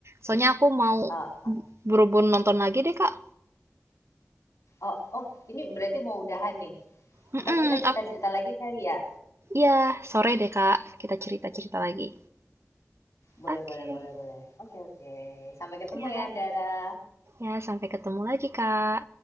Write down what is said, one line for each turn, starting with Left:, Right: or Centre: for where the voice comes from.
Right: Soalnya aku mau
Left: <laughs>
Right: berhubung nonton lagi deh Kak.
Left: oh, oh, ini berarti mau udahan nih.
Right: Mm-mm,
Left: Ntar kita cerita-cerita
Right: ap-
Left: lagi kali ya?
Right: ya, sore deh Kak. Kita cerita-cerita lagi.
Left: Boleh,
Right: Oke.
Left: boleh, boleh, boleh. Oke, oke. Sampai ketemu
Right: Ya,
Left: ya, Dara.
Right: ya sampai ketemu lagi Kak.